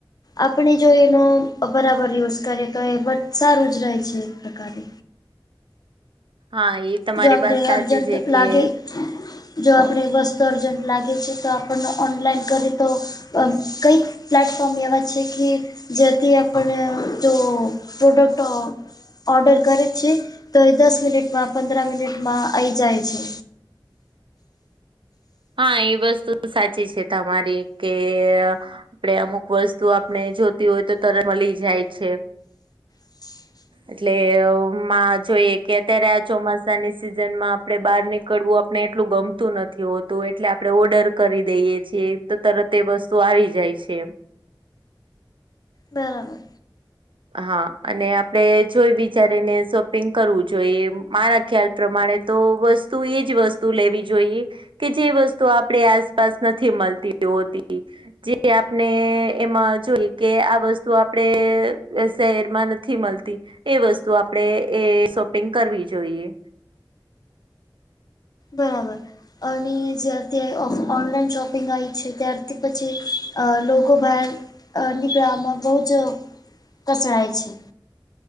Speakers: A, on the left (about 50°); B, on the right (about 80°).
A: આપણે જો એનો બરાબર યુઝ કરીએ તો એ સારું જ રહે છે. એક પ્રકારે
B: હા એ તમારી
A: જો આપણે
B: વાત સાચી
A: અર્જન્ટ
B: છે કે
A: લાગે જો આપણે વસ્તુ અર્જન્ટ લાગે છે તો આપણને ઓનલાઈન કરી તો અ કંઈક પ્લેટફોર્મ એવા છે કે જેથી અતિ આપણને જો પ્રોડક્ટો ઓર્ડર કરે છે તો એ દસ મિનિટમાં પંદર મિનિટમાં આવી જાય છે.
B: હા, એ વસ્તુ સાચી છે, તમારી કે આપણે અમુક વસ્તુ આપણે જોતી હોય તો તરત મળી જાય છે.
A: <inaudible>
B: એટલે માં જોઈએ કે, અત્યારે આ ચોમાસાની સિઝન માં આપણે બહાર નિક- કડવું, આપને એટલું ગમતું નથી હોત- તો, એટલે આપણે ઓર્ડર કરી દઈએ છીએ, તો તરત એ વસ્તુ આવી જાય છે.
A: બરાબર.
B: હા, અને આપડે જોઈ બિચારીને શોપિંગ કરવું જોઈએ, મારા ખ્યાલ પ્રમાણે- તો, વસ્તુ એ જ વસ્તુ લેવી જોઈએ- કે, જે વસ્તુ આપણે આસપાસ નથી મળતી હોતી. જેઆપણે એમાં જોઈ કે, આ વસ્તુ આપડે જે શહેરમાં નથી મળતી, એ વસ્તુ આપણે એ શોપિંગ કરવી જોઈએ.
A: બરાબર, અને જ્યારથી ઓનલાઈન શોપિંગ આવી છે, ત્યારથી પછી- અ લોકો, બહાર નિકલમાં બહુ જ કસરાય છે.